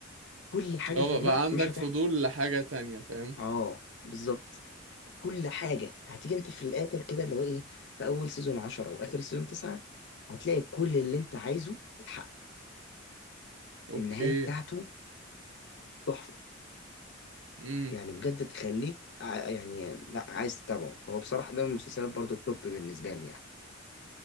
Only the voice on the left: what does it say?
كل حاجه
في دماغك
مش هتحصل
اه بالظبط كل حاجه هتيجي انت في الاخر كده اللي هو ايه في اول سيزون 10 واخر سيزون 9 هتلاقي كل اللي انت عايزه اتحقق
النهايه بتاعته تحفه
يعني بجد تخليك ع- يعني لا عايز تتابعه فهو بصراحة ده من المسلسلات برضو التوب بالنسبة لي يعني